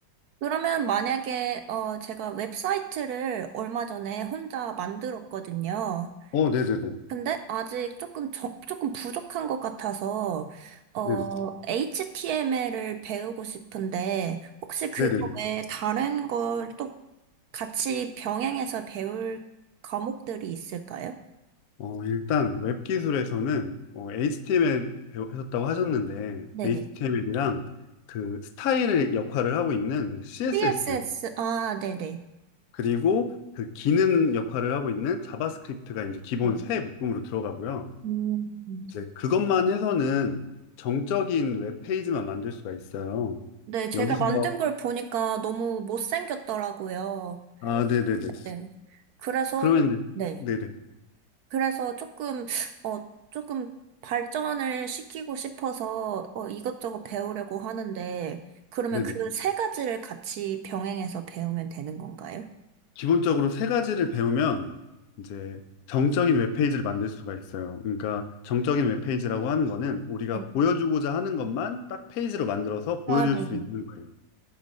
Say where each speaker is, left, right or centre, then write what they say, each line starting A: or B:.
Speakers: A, on the right (about 75°); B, on the left (about 65°).
A: 그러면 만약에, 어, 제가 웹사이트를 얼마 전에 혼자 만들었거든요.
B: 어, 네네네.
A: 근데 아직 조금 적, 조금 부족한 것 같아서, 어,
B: 네네.
A: HTML을 배우고 싶은데, 혹시 그거
B: 네네네.
A: 외에 다른 걸 또 같이 병행해서 배울 과목들이 있을까요?
B: 어, 일단 웹 기술에서는 어, HTML 배우셨다고 하셨는데
A: 네네.
B: HTML이랑 그 스타일의 역할을 하고 있는 CSS
A: CSS, 아, 네네.
B: 그리고 그 기능 역할을 하고 있는 자바스크립트가 이제 기본
A: 네.
B: 세 묶음으로 들어가고요.
A: 음.
B: 이제 그것만 해서는 정적인 웹 페이지만 만들 수가 있어요.
A: 네, 제가
B: 여기서
A: 만든 걸 보니까 너무 못생겼더라고요.
B: 아, 네네네.
A: 네. 그래서,
B: 그러면
A: 네.
B: 이제- 네네
A: 그래서 조금, 어, 조금 발전을 시키고 싶어서 어, 이것저것 배우려고 하는데, 그러면
B: 네네.
A: 그 세 가지를 같이 병행해서 배우면 되는 건가요?
B: 기본적으로 세 가지를 배우면 이제 정적인 웹페이지를 만들 수가 있어요. 그러니까 정적인 웹페이지라고 하는 거는 우리가
A: 네.
B: 보여주고자 하는 것만 딱 페이지로 만들어서 보여줄
A: 아, 네네.
B: 수 있는 거예요.